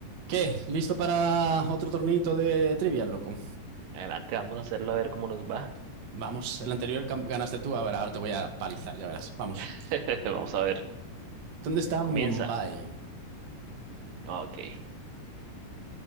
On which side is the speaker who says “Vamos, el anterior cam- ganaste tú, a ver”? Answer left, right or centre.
Right